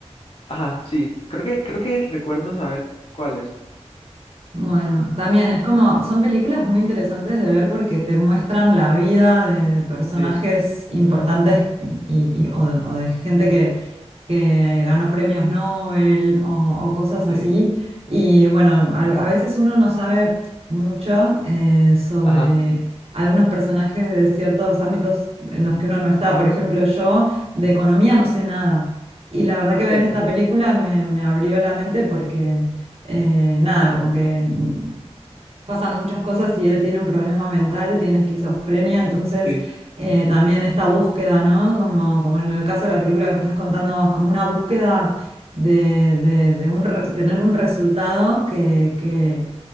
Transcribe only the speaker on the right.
Bueno, también es como, son películas muy interesantes de ver porque te muestran la vida de, de personajes
importantes y, y- o, de, o de gente que, que ganó premios Nobel o, o cosas
así. Y bueno, a, a veces uno no sabe mucho eh, sobre
algunos personajes de ciertos ámbitos en los que uno no está. Por ejemplo, yo de economía no sé nada. Y la verdad que ver
esta película me, me abrió la mente porque eh, nada, como que mm, pasan muchas cosas y él tiene un problema mental, tiene esquizofrenia, entonces
eh, también esta búsqueda, ¿no? Como, como en el caso de la película que me estás contando vos, como una búsqueda de, de- de un re- tener un resultado que, que